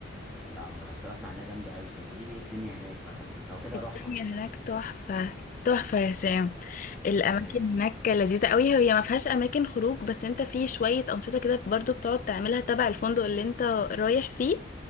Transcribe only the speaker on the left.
الدنيا
هناك تحفة تحفة يا هشام الأماكن
هناك لذيذة قوي هي ما فيهاش أماكن خروج بس أنت في شوية أنشطة كده برضو بتقعد تعملها تبع الفندق اللي أنت رايح فيه